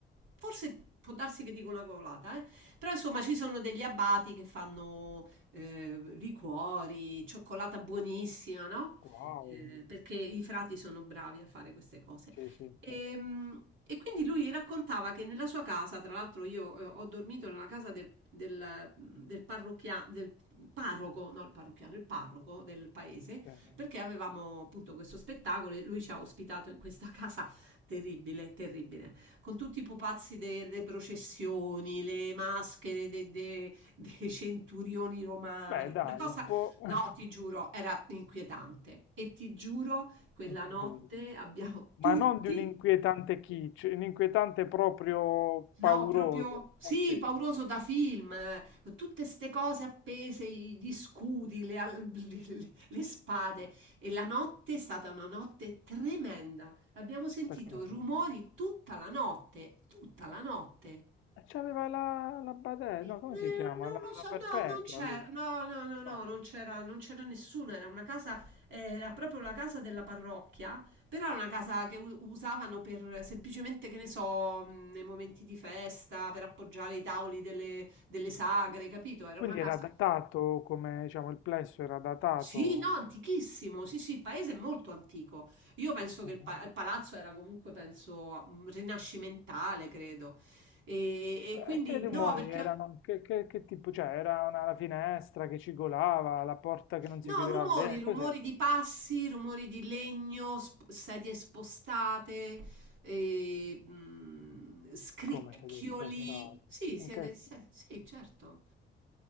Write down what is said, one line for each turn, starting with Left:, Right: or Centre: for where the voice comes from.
Right: Forse può darsi che dico una cavolata, eh. Però insomma ci sono degli abati che fanno, ehm, liquori, cioccolata buonissima, no,
Left: Wow,
Right: ehm, perché i frati sono bravi a fare queste cose.
Left: sì, sì,
Right: Ehm, E, quindi lui raccontava che nella sua casa, tra l'altro io eh, ho dormito nella casa del, del, del parrocchia- del parroco, no il parrocchiano, il parroco del paese,
Left: sì.
Right: perché avevamo appunto questo spettacolo e lui ci ha ospitato in questa <laughs> casa terribile, terribile, con tutti i pupazzi delle processioni, le maschere de- de- dei centurioni romani,
Left: Beh, dai,
Right: una cosa,
Left: può...
Right: no,
Left: <laughs>
Right: ti giuro, era inquietante e ti giuro quella
Left: Ok.
Right: notte abbiamo tutti
Left: Ma non di un inquietante kitsch, un inquietante proprio
Right: no,
Left: pauroso.
Right: proprio sì,
Left: Ok,
Right: pauroso da film, eh, con tutte ste cose appese, i- gli scudi, le, al- <laughs> le- le spade. E la notte è stata una notte tremenda. Abbiamo sentito
Left: perché?
Right: rumori tutta la notte, tutta la notte.
Left: E C'aveva la, la Badè,
Right: Eh,
Left: no, come si chiama?
Right: Non
Left: La,
Right: lo so,
Left: la Perpetua,
Right: no, non c'è,
Left: lui.
Right: no, no, no, no,
Left: No.
Right: non c'era, non c'era nessuno, era una casa, eh, era proprio la casa della parrocchia, però era una casa che u- usavano per semplicemente, che ne so, mh, nei momenti di festa, per appoggiare i tavoli delle, delle sagre, capito? Era
Left: Quindi
Right: una casa,
Left: era datato, come diciamo, il plesso era datato.
Right: sì, no, antichissimo, sì, sì, il paese è molto antico, io penso che
Left: Mhm.
Right: il, pa- il palazzo era comunque, penso, mh, rinascimentale, credo, e, e quindi
Left: E che rumori
Right: no, perché...
Left: erano? Che, che- che tipo? Cioè, era una, la finestra che cigolava, la porta che non
Right: No,
Left: si chiudeva
Right: rumori,
Left: bene,
Right: rumori
Left: cos'è?
Right: di passi, rumori di legno, sp- sedie spostate, e, mm, scricchioli.
Left: Come te li spostate?
Right: Sì,
Left: In
Right: siete,
Left: che-
Right: se- sì, certo.